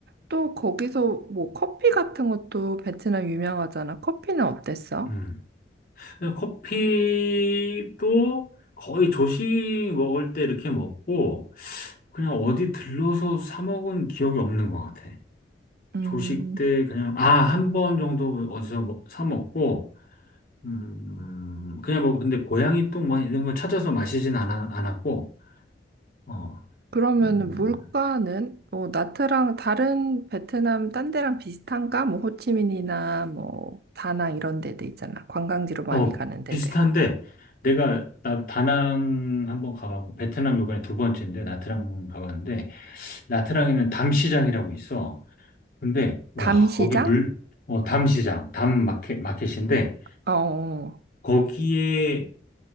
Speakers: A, on the right; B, on the left.
A: 또 거기서 뭐, 커피 같은 것도 베트남 유명하잖아. 커피는 어땠어?
B: 음. 커피도 거의 조식 먹을 때 이렇게 먹고 그냥 어디 들러서 사 먹은 기억이 없는 것 같아.
A: 음.
B: 조식 때 그냥 아, 한 번 정도 어디서 먹- 사 먹고 음, 그냥 뭐, 근데 고양이 똥 뭐 이런 걸 찾아서 마시진 않아, 않았고, 어,
A: 그러면
B: 음,
A: 물가는 뭐 나트랑 다른 베트남 딴 데랑 비슷한가? 뭐 호치민이나 뭐 다낭 이런 데들 있잖아. 관광지로 많이
B: 어,
A: 가는 데들.
B: 비슷한데, 내가, 나 다낭 한번 가봤고, 베트남 요번에 두 번째인데, 나트랑 가봤는데, 나트랑에는 담시장이라고 있어. 근데, 와,
A: 담시장?
B: 거기 물, 어, 담시장, 담 마켓, 마켓인데,
A: 어. 어. 어.
B: 거기에